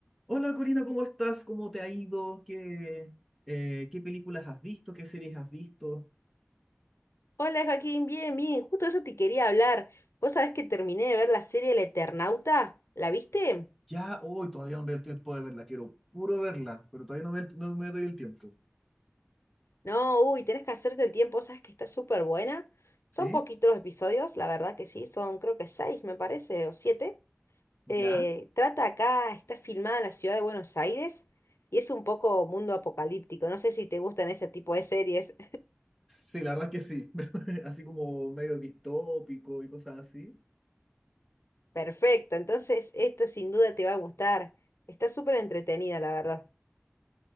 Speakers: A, in the centre; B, on the left (about 80°).
A: Hola Corina, ¿cómo estás? ¿Cómo te ha ido? ¿Qué, eh, qué películas has visto? ¿Qué series has visto?
B: Hola Joaquín, bien, bien, justo eso te quería hablar. Vos sabés que terminé de ver la serie El Eternauta, ¿la viste?
A: Ya hoy todavía no me doy el tiempo de verla, quiero puro verla, pero todavía no me, no me doy el tiempo.
B: No, uy, tenés que hacerte el tiempo, sabes que está súper buena.
A: ¿Sí?
B: Son poquitos los episodios, la verdad que sí, son creo que seis, me parece, o siete.
A: ¿Ya?
B: Eh, trata acá, está filmada en la ciudad de Buenos Aires y es un poco mundo apocalíptico. No sé si te gustan ese tipo de series.
A: Sí, la verdad es que sí, <laughs> así como medio distópico y cosas así.
B: <laughs> Perfecto, entonces esta sin duda te va a gustar. Está súper entretenida, la verdad.